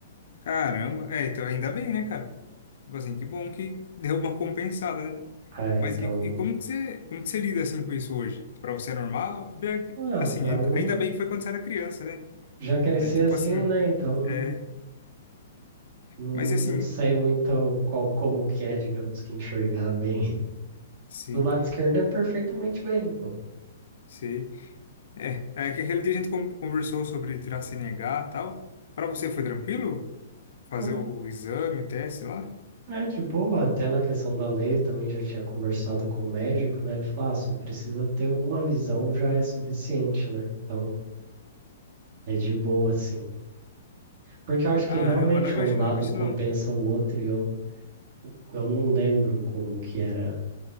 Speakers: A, on the left; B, on the right.
A: Caramba. É, então, ainda bem, né, cara? Tipo assim, que bom que deu uma compensada, né?
B: Ah,
A: Mas
B: então.
A: e, e como que você, como que você lida, assim, com isso hoje? Pra você é normal? Bem, que-
B: Ah,
A: Assim,
B: pra
A: ainda
B: mim
A: ainda bem que foi quando você era criança, né?
B: já cresci
A: Daí, tipo
B: assim,
A: assim...
B: né? Então
A: É...
B: não,
A: Mas, assim...
B: não sei muito qual como que é, digamos que enxergar bem.
A: Sim.
B: Do lado esquerdo é perfeitamente bem, pô.
A: Sei. É, é que aquele dia a gente con- conversou sobre tirar CNH e tal. Pra você foi tranquilo fazer
B: Então,
A: o, o exame, o teste lá?
B: É é de boa, até na questão da lei eu também já tinha conversado com o médico, né? Ele falou, ah, só precisa ter uma visão já é suficiente, né? Então é de boa, assim. Porque eu acho que
A: Caramba,
B: realmente
A: não imaginava
B: um lado
A: isso
B: compensa
A: não.
B: o outro e eu, eu não lembro como que era